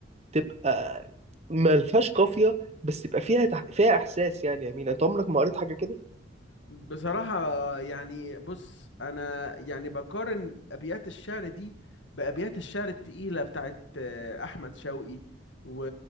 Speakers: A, on the right; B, on the left.
A: تبقى ملهاش قافية بس تبقى فيها تح... فيها احساس يعني يا مين انت عمرك ما قريت حاجة كده
B: بصراحة يعني بص انا يعني بقارن ابيات الشعر دي بابيات الشعر التقيلة بتاعت آه، احمد شوقي و...